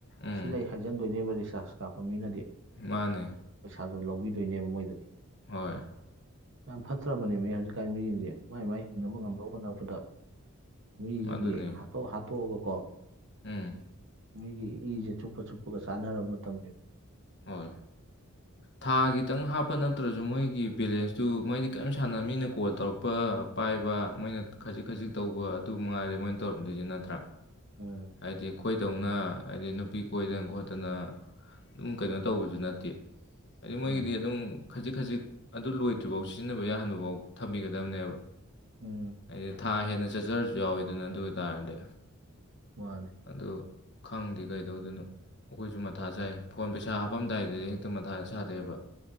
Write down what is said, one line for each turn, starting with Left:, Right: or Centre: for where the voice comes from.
Left: ꯎꯝ
Right: ꯁꯤ ꯂꯩ ꯍꯥꯏꯖꯟꯗꯣꯏꯅꯦꯕ ꯔꯤꯆꯥꯔꯖ ꯀꯥꯞꯄ ꯃꯤꯅꯗꯤ
Left: ꯃꯥꯅꯦ
Right: ꯄꯩꯁꯥꯗꯨꯣ ꯂꯧꯕꯤꯗꯣꯏꯅꯦꯕ ꯃꯣꯏꯗꯒꯤ
Left: ꯍꯣꯏ
Right: ꯌꯥꯝ ꯐꯠꯇ꯭ꯔꯕꯅꯦ ꯃꯤ ꯍꯧꯖꯤꯛꯀꯥꯟ ꯃꯤꯁꯤꯡꯁꯦ ꯃꯥꯏ ꯃꯥꯏ ꯍꯤꯡꯅꯕ ꯉꯝꯅꯕ ꯍꯣꯠꯅꯅꯕꯗ ꯃꯤꯁꯤꯒꯤ
Left: ꯑꯗꯨꯅꯦ
Right: ꯍꯥꯠꯇꯣꯛ ꯍꯥꯠꯇꯣꯛꯑꯒꯀꯣ
Left: ꯎꯝ
Right: ꯃꯤꯒꯤ ꯏꯁꯦ ꯆꯨꯞꯄ ꯆꯨꯞꯄꯒ ꯆꯥꯟꯅꯔꯕ ꯃꯇꯝꯅꯤ
Left: ꯍꯣꯏ ꯊꯥ ꯈꯤꯇꯪ ꯍꯥꯞꯄ ꯅꯠꯇ꯭ꯔꯁꯨ ꯃꯣꯏꯒꯤ ꯕꯦꯂꯦꯟꯁꯇꯨ ꯃꯣꯏꯗꯤ ꯀꯔꯤꯝ ꯁꯥꯟꯅ ꯃꯤꯅ ꯀꯣꯜ ꯇꯧꯔꯛꯄ ꯄꯥꯏꯕ ꯃꯣꯏꯅ ꯈꯖꯤꯛ ꯈꯖꯤꯛ ꯇꯧꯕ ꯑꯗꯨ ꯃꯉꯥꯏꯔꯦ ꯃꯣꯏꯅ ꯇꯧꯔꯝꯗꯣꯏꯁꯤ ꯅꯠꯇ꯭ꯔꯥ
Right: ꯎꯝ
Left: ꯍꯥꯏꯗꯤ ꯈꯣꯏꯗꯧꯅ ꯍꯥꯏꯗꯤ ꯅꯨꯄꯤ ꯀꯣꯏꯗꯅ ꯈꯣꯠꯇꯅ ꯑꯗꯨꯝ ꯀꯩꯅꯣ ꯇꯧꯕꯁꯨ ꯅꯠꯇꯦ ꯍꯥꯏꯗꯤ ꯃꯣꯏꯒꯤꯗꯤ
Right: ꯃꯥꯅꯦ
Left: ꯑꯗꯨꯝ ꯈꯖꯤꯛ ꯈꯖꯤꯛ ꯑꯗꯨ ꯂꯣꯏꯗ꯭ꯔꯤꯐꯥꯎ ꯁꯤꯖꯤꯟꯅꯕ ꯌꯥꯍꯟꯕ ꯐꯥꯎ ꯊꯝꯕꯤꯒꯗꯕꯅꯦꯕ
Right: ꯎꯝ
Left: ꯍꯥꯏꯗꯤ ꯊꯥ ꯍꯦꯟꯅ ꯆꯠꯆꯔꯁꯨ ꯌꯥꯎꯋꯤꯗꯅ ꯑꯗꯨ ꯑꯣꯏꯇꯥꯥꯔꯗꯤ
Right: ꯃꯥꯅꯦ
Left: ꯑꯗꯨ ꯈꯪꯗꯦ ꯀꯩꯗꯧꯗꯣꯏꯅꯣ ꯑꯩꯈꯣꯏꯁꯨ ꯃꯊꯥ ꯁꯥꯏ ꯐꯣꯟ ꯄꯩꯁꯥ ꯍꯥꯞꯄꯝꯗꯥꯏꯗꯗꯤ ꯍꯦꯛꯇ ꯃꯊꯥ ꯁꯥꯥꯗꯦꯕ